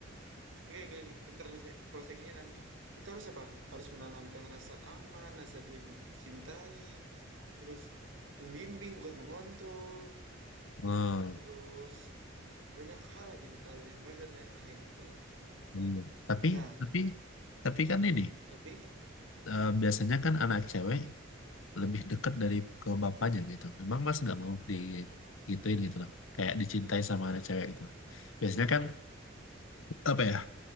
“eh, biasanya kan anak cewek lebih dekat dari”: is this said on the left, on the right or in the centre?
Left